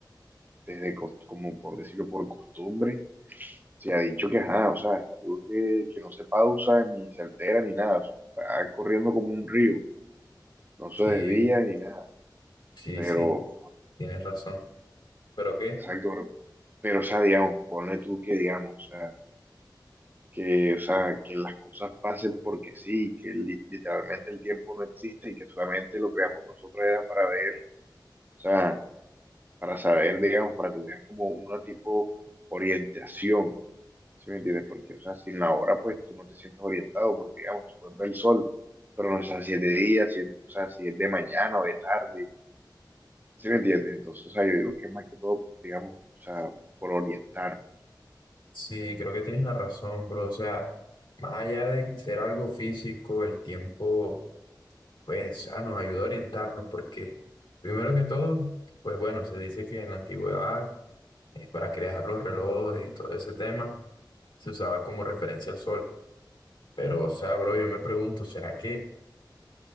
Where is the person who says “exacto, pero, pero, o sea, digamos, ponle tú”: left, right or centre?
Right